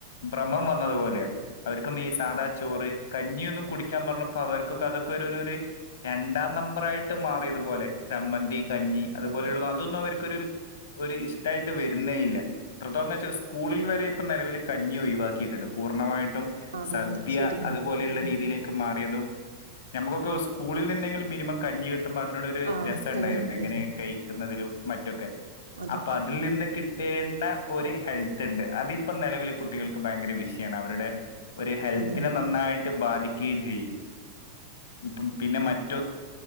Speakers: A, on the left; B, on the right.
A: ഭ്രമം വന്നത്പോലെയാണ്. അവർക്കൊന്നു ഈ സാദാ ചോറ്, കഞ്ഞിയൊന്നും കുടിക്കാൻ പറഞ്ഞപ്പോ അവർക്കൊക്കെ അതൊക്കെ ഒരൊരൊര് രണ്ടാം നമ്പറായിട്ട് മാറിയതുപോലെ ചമ്മന്തി കഞ്ഞി അ
B: അതെ
A: പോലുള്ള അതൊന്നും ഓര് ഇക്ക് ഒരു ഒര് ഇഷ്ടായിട്ട് വരുന്നേ ഇല്ല. പ്രദൊന്ന് വെച്ചാൽ സ്കൂളിൽ വരെ ഇപ്പ നിലവിൽ കഞ്ഞി ഒയിവാക്കിയിട്ടണ്ട് പൂർണ്ണമായിട്ട് ഉം
B: അതെ
A: സദ്യ
B: അതെ ശരിയാണ്.
A: അതുപോലെയുള്ള
B: ഉം.
A: രീതിയിലേക്ക് മാ- നമുക്കൊക്കെ സ്കൂളിൽ നിന്നെ- ങ്കിലും മിനിമം കഞ്ഞി കി- ക്കുമ്പോ അതിനോടൊരു
B: ആ
A: രസം
B: കഞ്ഞി
A: ഉണ്ടായിരുന്നു
B: ഇട്ടിരുന്നു.
A: എങ്ങനെ ക കുന്നതിലും മറ്റൊക്കെ
B: അതെ
A: അപ്പൊ അതിൽ നിന്ന് കിട്ട- കിട്ടേണ്ട ഒരു ഹെൽത്ത്ണ്ട്. അതിപ്പോ നെലവിലെ കുട്ടികൾക്ക് ഭയങ്കര വിഷയമാണ് അവരുടെ ഒരു ഹെൽത്തിനെ
B: അതെ അതെ.
A: നന്നായിട്ട് ബാധിക്ക്യേംയും ചെയ്യും ഇപ്പം പിന്നെ മറ്റു <inaudible>